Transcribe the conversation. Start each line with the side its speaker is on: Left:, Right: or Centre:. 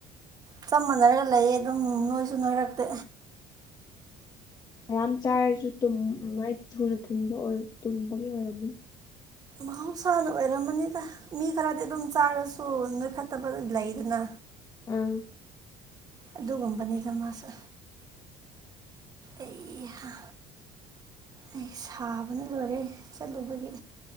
Right: ꯆꯞ ꯃꯥꯟꯅꯔꯒ ꯂꯩꯌꯦ ꯑꯗꯨꯝ ꯅꯣꯏꯁꯨ ꯅꯣꯏꯔꯛꯇꯦ
Left: ꯃꯌꯥꯝ ꯆꯥꯔꯁꯨ ꯃꯥꯏ ꯊꯨꯅꯕ ꯇꯨꯝꯕꯒꯤ ꯑꯣꯏꯔꯝꯅꯦ
Right: ꯃꯍꯧꯁꯥꯅ ꯑꯣꯏꯔꯝꯃꯅꯤ ꯃꯤ ꯈꯔꯗꯤ ꯑꯗꯨꯝ ꯆꯥꯔꯁꯨ ꯅꯣꯏꯈꯠꯇꯕ ꯂꯩꯗꯅ
Left: ꯎꯝ
Right: ꯑꯗꯨꯒꯨꯝꯕꯅꯤꯗ ꯃꯥꯁꯨ ꯑꯩꯍꯥ ꯑꯩ ꯁꯥꯕꯅ ꯂꯣꯏꯔꯦ ꯆꯠꯂꯨꯕꯒꯤ